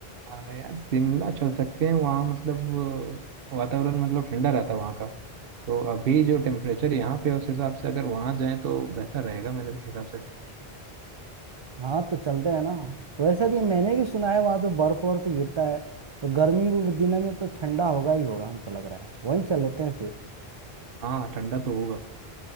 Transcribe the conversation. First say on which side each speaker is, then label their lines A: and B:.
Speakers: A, on the right (about 65°); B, on the right (about 40°).
A: हाँ यार शिमला चल सकते हैं वहाँ मतलब अ, वातावरण मतलब ठंडा रहता है वहाँ का तो अभी जो टेम्परेचर यहाँ पे है उस हिसाब से अगर वहाँ जाएं तो बेहतर रहेगा मेरे हिसाब से
B: हाँ तो चलते हैं ना वैसे भी मैंने भी सुना है वहाँ पे बर्फ वर्फ गिरता है तो गर्मी के दिनों में तो ठंडा होगा ही होगा हमको लग रहा है वहीं चल लेते हैं फिर
A: हाँ ठंडा तो होगा